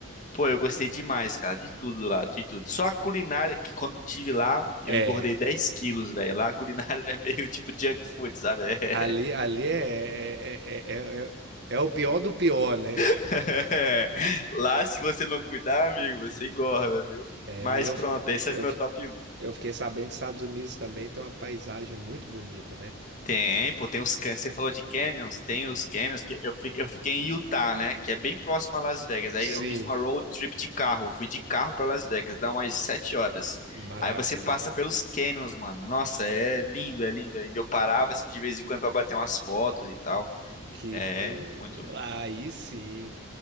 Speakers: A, on the left (about 35°); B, on the right (about 55°).
A: Pô, eu gostei demais, cara, de tudo lá, de tudo. Só a culinária, que quando eu tive lá,
B: é.
A: eu engordei 10 quilos, velho. Lá a culinária <laughs> é meio tipo junk food, sabe? É.
B: Ali, ali é, é, é, é, é- é é o pior do pior, né?
A: <laughs> Lá, se você não cuidar, amigo, você engorda, viu?
B: É,
A: Mas
B: mas eu,
A: pronto,
B: fi-
A: esse
B: eu,
A: é meu
B: fi-
A: top um.
B: eu fiquei sabendo que os Estados Unidos também tem uma paisagem muito bonita, né?
A: Tem, pô, tem os can- Você falou de canyons, tem os canyons que eu fiquei, eu fiquei em Utah, né? Que é bem próximo a Las Vegas.
B: Sim,
A: Aí eu fiz uma road trip de carro, fui de carro pra Las Vegas, dá umas sete horas.
B: maravilha.
A: Aí você passa pelos canyons, mano. Nossa, é lindo, é lindo, é lindo. Eu parava assim de vez em quando pra bater umas fotos e tal.
B: Que
A: É,
B: doido.
A: muito.
B: Aí sim.